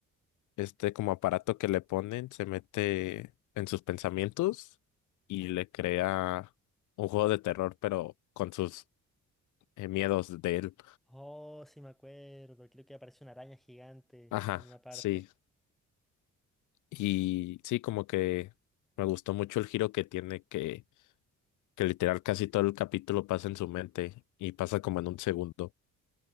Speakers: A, on the left (about 80°); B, in the centre.
A: este como aparato que le ponen se mete en sus pensamientos y le crea un juego de terror, pero con sus eh, miedos de él.
B: Oh, sí me acuerdo. Creo que aparece una araña gigante
A: Ajá,
B: en una parte.
A: sí. Y sí, como que me gustó mucho el giro que tiene que, que literal casi todo el capítulo pasa en su mente y pasa como en un segundo.